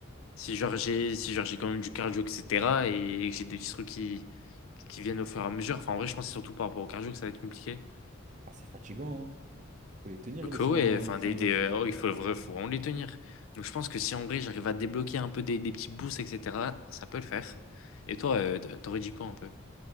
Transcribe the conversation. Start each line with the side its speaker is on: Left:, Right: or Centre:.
Left: si genre j'ai si genre j'ai quand même du cardio, etc. Et, que j'ai des petits trucs qui, qui viennent au fur et à mesure. Enfin, en vrai, je pense que c'est surtout par rapport au cardio que ça va être compliqué.
Right: Ah, c'est fatigant, hein. Faut les tenir,
Left: Donc,
Right: les cent
Left: euh, ouais, enfin,
Right: les cent
Left: des,
Right: gosses.
Left: des, euh, oh, il faut, vra- faut vraiment les tenir. Donc, je pense que si en vrai j'arrive à débloquer un peu des, des petits boosts, etc., ça peut le faire. Et toi, euh, t- t'aurais dit quoi un peu?